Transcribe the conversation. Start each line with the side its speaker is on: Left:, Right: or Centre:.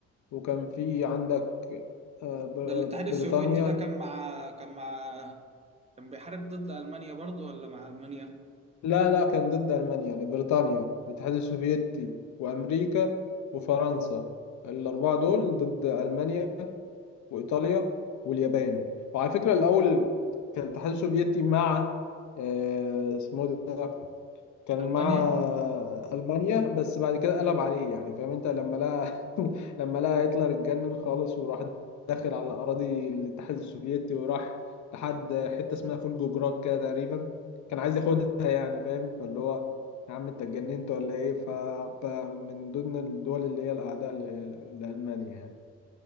Left: وكان في عندك آه، بر-
Right: ده الاتحاد
Left: بريطانيا
Right: السوفيتي ده كان مع كان مع كان بيحارب ضد ألمانيا برضو ولا مع ألمانيا؟
Left: لا لا كان ضد ألمانيا يعني بريطانيا والاتحاد السوفيتي وأمريكا وفرنسا الأربعة دول ضد ألمانيا وإيطاليا واليابان وعلى فكرة الأول كان الاتحاد السوفيتي مع آه، اسمه ده كان
Right: ألمانيا؟
Left: مع ألمانيا بس بعد كده قلب عليه يعني فاهم انت لما لقى <laughs> لما لقى هتلر اتجنن خالص وراح داخل على أراضي الاتحاد السوفيتي وراح لحد حتة اسمها فولجوجراد كده تقريبا كان عايز ياخدها يعني فاهم فاللي هو يا عم انت اتجننت ولا ايه فمن ضمن الدول اللي هي الأعداء ل- لألمانيا يعني